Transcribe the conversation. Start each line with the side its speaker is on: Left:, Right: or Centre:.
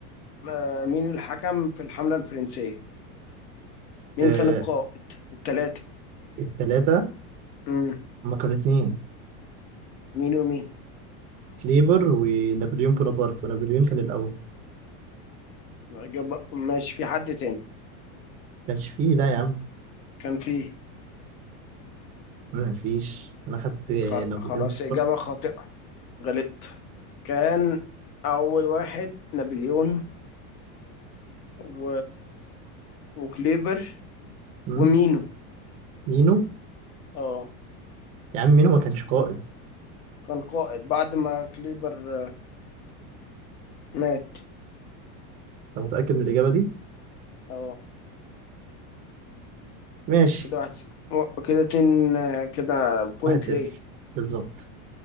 Left: آه، مين اللي حكم في الحملة الفرنسية مين
Right: آه
Left: كان القائد التلاتة
Right: التلاتة
Left: مم.
Right: هما كانوا اتنين
Left: مين ومين
Right: كليبر ونابليون بونابرت ونابليون كان الأول
Left: إجابة ماشي في حد تاني
Right: كانش فيه ده يا عم
Left: كان في
Right: ما فيش أنا خدت آه،
Left: خ...
Right: نابليون
Left: خلاص
Right: بونابرت
Left: إجابة خاطئة غلطت كان أول واحد نابليون و... وكليبر
Right: مم.
Left: ومينو
Right: مينو
Left: اه
Right: يا عم مينو ما كانش قائد
Left: كان قائد بعد ما كليبر آه، مات
Right: انت متأكد من الإجابة دي
Left: اه
Right: ماشي
Left: كده واحد صفر. و- كده اتنين آه، كده بوينت
Right: واحد صفر
Left: ليه
Right: بالظبط